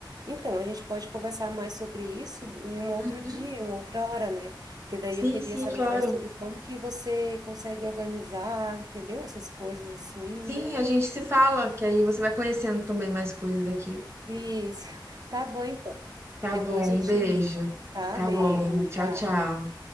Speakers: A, on the right; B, on the right.
A: Então, a gente pode conversar mais sobre isso em um outro
B: Uhum.
A: dia, em uma outra hora, né? Porque daí
B: Sim,
A: eu queria
B: sim,
A: saber
B: claro.
A: mais sobre como que você consegue organizar, entendeu? Essas coisas assim.
B: Sim, a gente se fala, que aí você vai conhecendo também mais coisas daqui.
A: Isso. <laughs> Tá bom, então.
B: Tá
A: Depois
B: bom,
A: eu
B: um
A: te
B: beijo.
A: ligo, tá?
B: Tá
A: Beijo.
B: bom, tchau,
A: Tchau.
B: tchau.